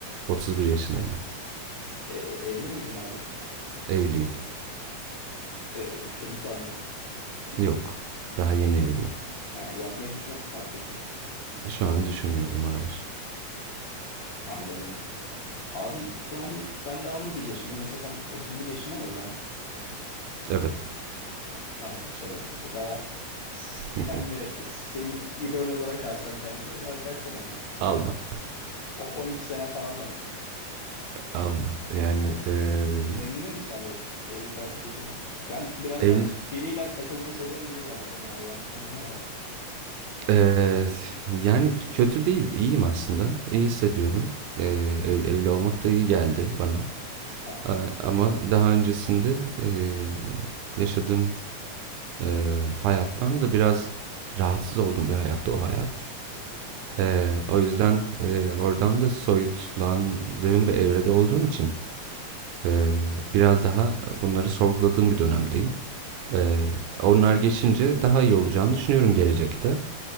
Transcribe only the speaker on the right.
31 yaşındayım ben.
Evliyim.
Yok, daha yeni evliyim.
Şu an düşünmüyorum, hayır.
Evet.
<laughs>
Alma.
Alma. Yani eee
ev,
eee, yani kötü değil. İyiyim aslında. İyi hissediyorum. Eee, ev- evli olmak da iyi geldi bana.
A- Ama daha öncesinde eee, yaşadığım eee, hayattan da biraz rahatsız olduğum bir hayattı o hayat.
Eee, o yüzden eee, oradan da soyutlandığım bir evrede olduğum için eee, biraz daha bunları sorguladığım bir dönemdeyim. Eee, onlar geçince daha iyi olacağını düşünüyorum gelecekte.